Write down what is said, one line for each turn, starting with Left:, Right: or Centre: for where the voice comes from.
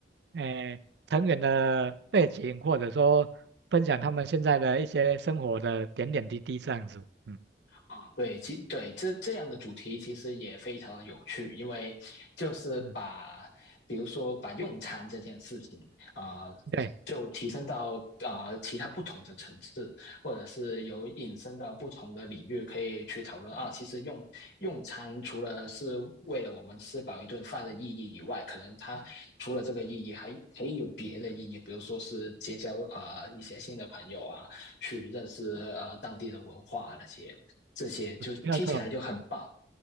Right: 诶、呃呃成员的背景，或者说分享他们现在的一些生活的点点滴滴这样子。嗯，
Left: 啊，对，其对这这样的主题其实也非常的有趣，因为就是把，
Right: 嗯，
Left: 比如说把用餐这件事情啊、呃
Right: 对，
Left: 就提升到啊、呃其他不同的层次，或者是有引申到不同的领域可以去讨论啊。其实用用餐除了是为了我们吃饱一顿饭的意义以外，可能它除了这个意义，还可以有别的意义，比如说是结交啊、呃一些新的朋友啊，去认识呃当地的文化啊那些。这些，就听起来就很棒
Right: 没有错。